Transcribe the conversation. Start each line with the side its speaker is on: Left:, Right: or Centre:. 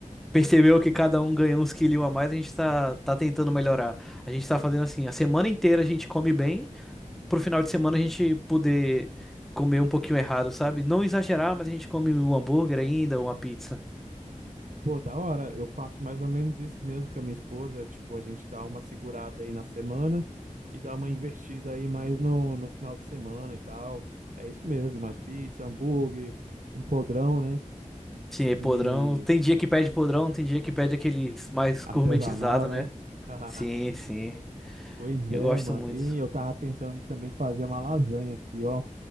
Centre: percebeu que cada um ganhou uns quilinhos a mais, a gente tá, tá tentando melhorar. A gente tá fazendo assim, a semana inteira a gente come bem, pro final de semana a gente poder comer um pouquinho errado, sabe? Não exagerar, mas a gente come um hambúrguer ainda, uma pizza.
Right: Pô, da hora, eu faço mais ou menos isso mesmo com a minha esposa. Tipo, a gente dá uma segurada aí na semana e dá uma investida aí mais no, no final de semana e tal. É isso mesmo, umas pizza, hambúrguer, um podrão, né?
Centre: Sim,
Right: E
Centre: podrão. Tem dia que pede podrão, tem dia que pede aqueles mais
Right: artesanal,
Centre: gourmetizados,
Right: né?
Centre: né?
Right: <laughs>
Centre: Sim, sim.
Right: Pois
Centre: Eu
Right: é,
Centre: gosto
Right: mano.
Centre: muito.
Right: E eu tava pensando também fazer uma lasanha aqui, ó.